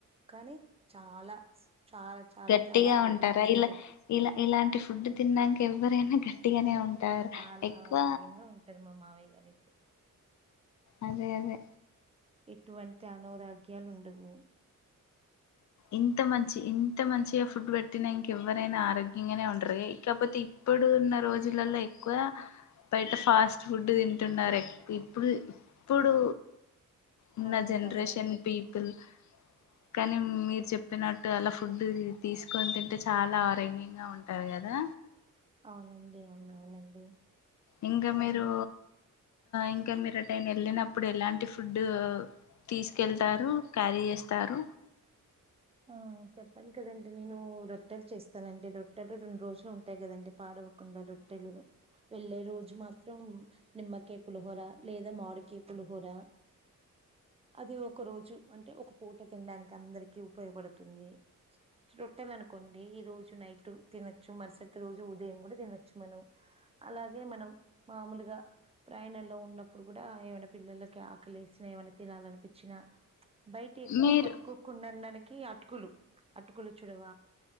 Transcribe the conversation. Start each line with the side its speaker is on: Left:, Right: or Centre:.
Right: కానీ చాలా చాలా చాలా
Left: గట్టిగా
Right: ఆరోగ్యంగా
Left: ఉంటారా ఇలా
Right: ఉంటారు
Left: ఇలా ఇలాంటి ఫుడ్ తినడానికి ఎవ్వరైనా గట్టిగానే ఉంటారు
Right: చాలా
Left: ఎక్కువ
Right: ఆరోగ్యంగా మా మామయ్య గారైతే
Left: అదే అదే
Right: ఎటువంటి అనారోగ్యాలు ఉండవు
Left: ఇంత మంచి ఇంత మంచిగా ఫుడ్ పెట్టినా ఇంక ఎవ్వరైనా ఆరోగ్యంగానే ఉంటరె కాకపోతే ఇప్పుడు ఉన్న రోజులలో ఎక్కువ బయట ఫాస్ట్ ఫుడ్ తింటున్నారే ఇప్పు ఇప్పుడు ఇప్పుడు ఉన్న
Right: అవునండి
Left: జనరేషన్
Right: అవునవును
Left: పీపుల్ కానీ మీరు చెప్పినట్టు అలా ఫుడ్ తీసుకొని తింటే చాలా ఆరోగ్యంగా ఉంటారు కదా
Right: అవునండి అవునవునండి
Left: ఇంకా
Right: నేను
Left: మీరు
Right: అందుకు
Left: ఇంకా మీరు ఏటైనా వెళ్ళినప్పుడు ఎలాంటి ఫుడ్డు తీసుకెళ్తారు క్యారీ చేస్తారు
Right: ఆ చెప్పను కదండి నేను రొట్టెలు చేస్తానండి రొట్టెలు రెండు రోజులు ఉంటాయి కదండి పాడవవ్వు కుండా రొట్టెలు వెళ్లేే రోజు మాత్రం నిమ్మకాయ పులిహోర లేదా మామిడికాయ పులిహోర అది ఒక రోజు అంటే ఒక పూట తినడానికి అందరికి ఉపయోగపడుతుంది రొట్టెలనుకోండి ఈ రోజు నైట్ తినొచ్చు మరుసటి రోజు ఉదయం కూడా తినొచ్చు మనం అలాగే మనం మామూలుగా ప్రయాణంలో ఉన్నప్పుడు కూడా ఏమైనా పిల్లలకి ఆకలి ఏసినా ఏమైనా తినాలనిపించినా బయట ఎక్కువ
Left: మీరు
Right: కొనుక్కోకుండా డానికి అటుకులు అటుకులు చుడవ